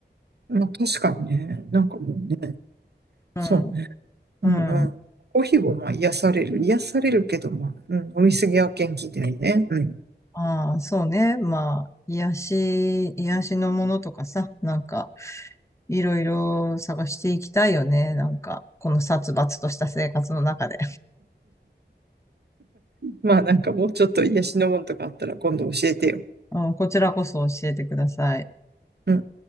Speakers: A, on the right; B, on the left.
A: まあ、確かにね、なんかもうね、
B: うん。
A: そうね。うんうん。
B: うん。
A: コーヒーはまあ癒される。癒されるけど、まあ、うん、飲みすぎは元気だよね。うん。
B: ああ、そうね。まあ、癒し、癒しのものとかさ、なんか、いろいろ探していきたいよね。なんか、この殺伐とした生活の中で。
A: まあなんかもうちょっと癒しのものとかあったら今度教えてよ。
B: <laughs> あーこちらこそ教えてください。
A: うん